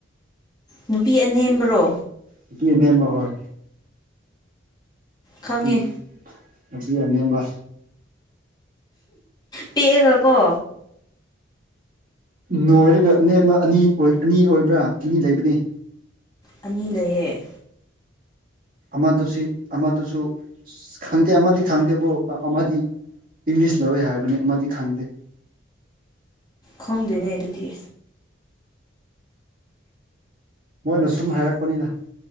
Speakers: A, on the left (about 20°); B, on the right (about 45°).
A: ꯅꯨꯄꯤ ꯑꯅꯦꯝꯕꯔꯣ
B: ꯅꯨꯄꯤ ꯑꯅꯦꯝꯕ ꯍꯣꯏ
A: ꯈꯪꯉꯦ
B: ꯅꯨꯄꯤ ꯅꯨꯄꯤ ꯑꯅꯦꯝꯕ
A: ꯄꯦꯜꯂꯣ ꯀꯣ
B: ꯅꯣꯏꯔꯒ ꯑꯅꯦꯝꯕ ꯑꯅꯤ ꯑꯅꯤ ꯑꯣꯏꯕ꯭ꯔꯥ ꯑꯅꯤ ꯂꯩꯕꯅꯤ
A: ꯑꯅꯤ ꯂꯩꯌꯦ
B: ꯑꯃꯗꯨꯁꯤ ꯑꯃꯗꯨꯁꯨ ꯑ ꯈꯪꯗꯦ ꯑꯃꯗꯤ ꯈꯪꯗꯦꯕꯨ ꯑꯃꯗꯤ ꯏꯪꯂꯤꯁ ꯂꯧꯋꯦ ꯍꯥꯏꯕꯅꯤ ꯑꯃꯗꯤ ꯈꯪꯗꯦ
A: ꯈꯪꯗꯣꯏꯅꯦ ꯑꯗꯨꯗꯤ
B: ꯃꯣꯏꯅ ꯁꯨꯝ ꯍꯥꯏꯔꯛꯄꯅꯤꯅ